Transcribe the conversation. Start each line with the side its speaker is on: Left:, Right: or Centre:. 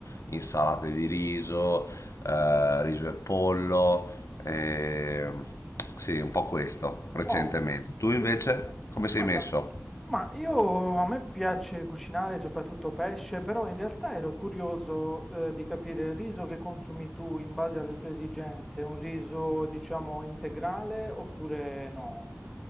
Left: insalate di riso eh, riso e pollo, eh, sì, un po' questo recentemente.
Centre: Wow,
Left: Tu invece
Centre: bellissimo.
Left: come sei
Centre: Guarda,
Left: messo?
Centre: ma io a me piace cucinare soprattutto pesce, però in realtà ero curioso, eh, di capire il riso che consumi tu in base alle tue esigenze, un riso, diciamo, integrale oppure no?